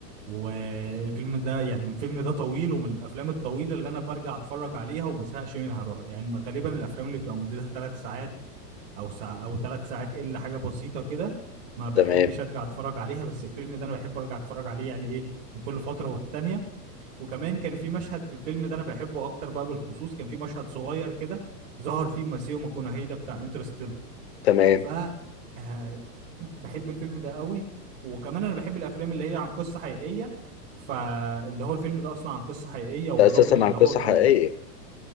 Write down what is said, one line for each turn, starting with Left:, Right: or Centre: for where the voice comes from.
Right: والفيلم ده يعني الفيلم ده طويل ومن الافلام الطويله اللي انا برجع اتفرج عليها وما ازهقش منها روح يعني غالبا الافلام اللي بتبقى مدتها ثلاث ساعات او ساعة او ثلاث ساعات الا حاجه بسيطه كده ما بحبش
Left: تمام
Right: ارجع اتفرج عليها بس الفيلم ده انا بحب ارجع اتفرج عليه يعني ايه من كل فتره والتانيه وكمان كان في مشهد في الفيلم ده انا بحبه اكتر بقى بالخصوص كان في مشهد صغير كده ظهر فيه ماسيو ماكونهي ده بتاع انترستيلر
Left: تمام
Right: ف آه، بحب الفيلم ده قوي وكمان انا بحب الافلام اللي هي عن قصة حقيقية فاللي هو الفيلم ده اصلا عن قصة حقيقية والراجل
Left: ده أساسا
Right: اللي
Left: عن قصة
Right: هو كان
Left: حقيقية